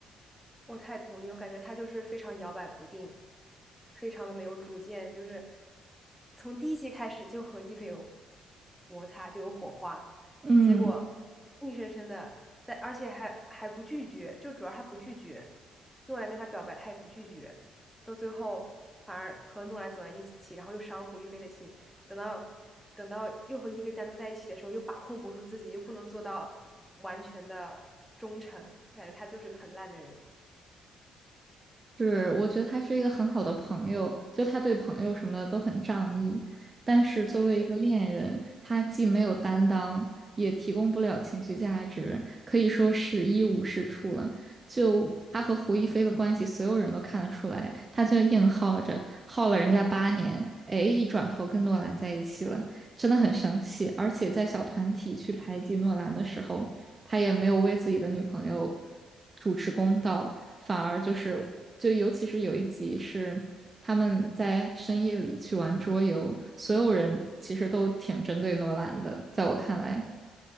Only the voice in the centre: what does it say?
我太同意了我感觉他就是非常摇摆不定，非常的没有主见，就是从第一集开始就和伊菲有摩擦，就有火花，
结果硬生生的在，而且还还不拒绝，就主要他不拒绝，诺兰跟他表白，他也不拒绝，到最后反而和诺兰走在一起，然后又伤了胡一菲的心，等到等到又和一菲单独在一起的时候，又把控不住自己，又不能做到完全的忠诚，感觉他就是个很烂的人。
是